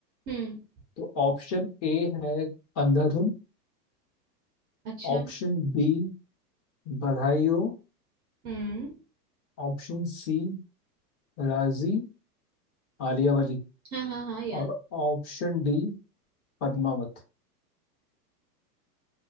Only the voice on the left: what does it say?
तो ऑप्शन ए है Andhadhun
Option B Badhaai Ho
Option C Raazi Alia वली
और ऑप्शन डी पद्मावत